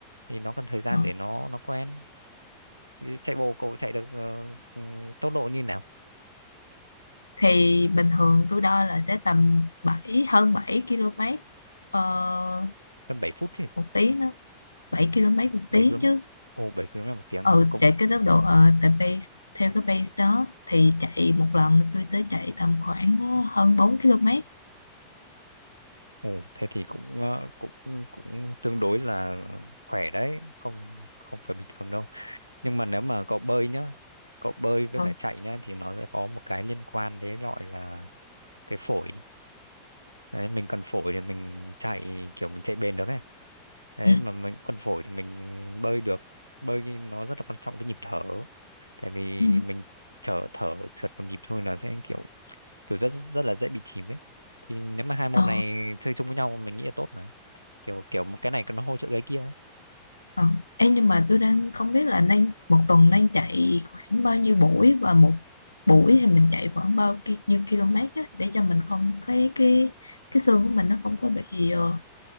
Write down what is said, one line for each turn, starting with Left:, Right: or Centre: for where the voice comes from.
Right: thì nó cần thời gian
Left: ờ.
Right: để nó nó quen chạy bộ cậu chạy được ờ, ừ, tốc độ như nào
Left: thì bình thường tôi đo là sẽ tầm bảy hơn 7 km ờ,
Right: gần 7 phút chứ
Left: một tiếng á 7 km một
Right: 7
Left: tiếng
Right: km
Left: chứ
Right: ồ 7 km một tiếng
Left: ừ
Right: à cũng
Left: chạy cái tốc độ ờ tại pace theo cái pace đó thì chạy một lần tôi sẽ chạy tầm khoảng ờ, hơn 4 km
Right: ồ thế thì cũng ờ, cũng cũng tương đối là khỏe đấy không không phải bình thường đâu nhưng mà nếu mà cậu bơi nhá cậu bơi với
Left: ừ
Right: cả chạy nhá thì nó sẽ có một cái liên quan đấy gọi là cái phổi đấy mình cần phổi để mình chạy kiểu mình chạy bền được ấy đấy
Left: ừ
Right: mà mình cần phổi thì mình bơi được bơi thì nó rất là quan trọng cái nhịp thở tại vì
Left: ừ
Right: mình thở thở trượt một nhịp thôi là sẽ kiểu kiểu rất rất là dễ bị chìm ấy thì nếu mà hai môn
Left: ờ
Right: này chơi chung với nhau mình nghĩ là tốt mà kiểu kiểu một cái này nó hỗ trợ cái kia
Left: ờ Ê, nhưng mà tôi đang không biết là đang một tuần đang chạy khoảng bao nhiêu buổi và một buổi thì mình chạy khoảng bao ki- nhiêu km á, để cho mình không cái cái cái xương của mình nó không có bị ờ,